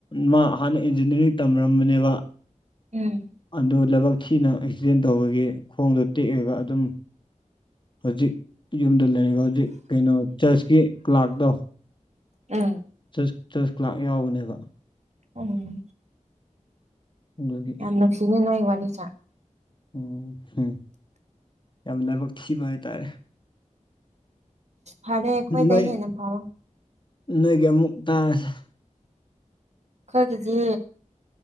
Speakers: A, on the left; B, on the right.
A: ꯃꯥ ꯍꯥꯟꯅ ꯏꯟꯖꯤꯅꯤꯌꯥꯔꯤꯡ ꯇꯝꯔꯝꯕꯅꯦꯕ
B: ꯎꯝ
A: ꯑꯗꯨ ꯂꯕꯛ ꯊꯤꯅ ꯑꯦꯛꯁꯤꯗꯦꯟ ꯇꯧꯕꯒꯤ ꯈꯣꯡꯗꯣ ꯇꯦꯛꯑꯒ ꯑꯗꯨꯝ ꯍꯧꯖꯤꯛ ꯌꯨꯝꯗ ꯂꯩꯔꯒ ꯍꯧꯖꯤꯛ ꯀꯩꯅꯣ ꯆꯔꯆꯀꯤ ꯀ꯭ꯂꯥꯛꯇꯣ
B: ꯎꯝ
A: ꯆ ꯆꯆ ꯀ꯭ꯂꯥꯛ ꯌꯥꯎꯕꯅꯦꯕ
B: ꯎꯝ
A: ꯑꯗꯨꯒꯤ
B: ꯌꯥꯝꯅꯨꯡꯁꯤꯅ‌ꯦ ꯅꯣꯏ ꯋꯥꫪꯤꯁ‌ꯦ
A: ꯎꯝ ꯎꯝ ꯌꯥꯝ ꯂꯥꯏꯕꯛ ꯊꯤꯕ ꯍꯥꯏꯇꯥꯔꯦ
B: ꯐꯔ‌ꯦ ꯑꯩꯈ‌ꯣꯏ
A: ꯅꯣꯏ
B: ꯗꯦꯏ ꯍꯦꯟꯅꯥ ꯐꯔ‌ꯣ
A: ꯅꯣꯏꯒꯤ ꯑꯃꯨꯛ ꯇꯥꯔꯁꯦ
B: ꯈꯣꯏꯒꯤꯗꯤ